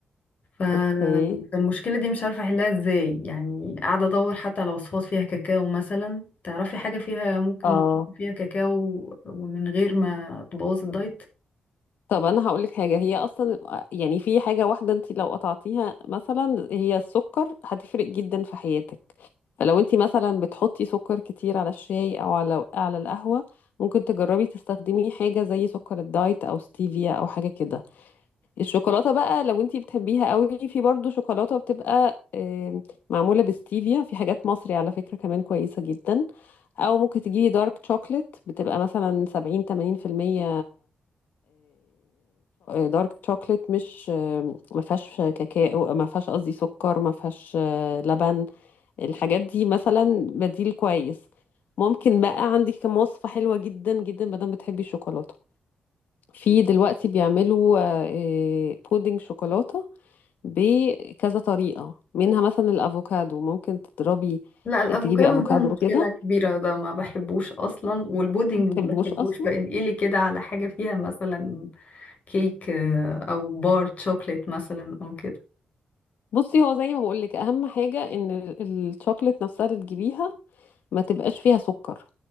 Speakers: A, on the left (about 55°); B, on the left (about 85°).
A: ف...
B: اوكي
A: فالمشكلة دي مش عارفة احلها ازاي يعني قاعدة ادور حتى على وصفات فيها كاكاو مثلا تعرفي حاجة فيها ممكن
B: اه
A: نحط فيها كاكاو ومن غير ما تبوظ الدايت
B: طب انا هقولك حاجه هي اصلا يعني في حاجه واحده انت لو قطعتيها مثلا هي السكر هتفرق جدا في حياتك فلو انت مثلا بتحطي سكر كتير على الشاي او على على القهوه ممكن تجربي تستخدمي حاجه زي سكر الدايت او ستيفيا او حاجه كده الشوكولاته بقى لو انت بتحبيها قوي في برضو شوكولاته بتبقى آم، معموله بستيفيا في حاجات مصري على فكره كمان كويسه جدا او ممكن تجيبي دارك شوكليت بتبقى مثلا 70 80% دارك شوكليت مش آه، ما فيهاش كاكاو ما فيهاش قصدي سكر ما فيهاش آه، لبن الحاجات دي مثلا بديل كويس ممكن بقى عندي كم وصفة حلوة جدا جدا ما دام بتحبي الشوكولاتة في دلوقتي بيعملوا آه، آه، بودنج شوكولاتة بكذا طريقة منها مثلا الأفوكادو ممكن تضربي
A: لا الافوكادو
B: آه، تجيبي أفوكادو
A: ده مشكلة
B: كده
A: كبيرة ده ما بحبوش اصلا والبودنج
B: ما بتحبوش
A: ما بحبوش
B: أصلا
A: فانقلي كده على حاجة فيها مثلا كيك آه، او بار شوكليت مثلا او كده
B: بصي هو زي ما بقولك أهم حاجة إن ال- الشوكولاتة نفسها اللي تجيبيها ما تبقاش فيها سكر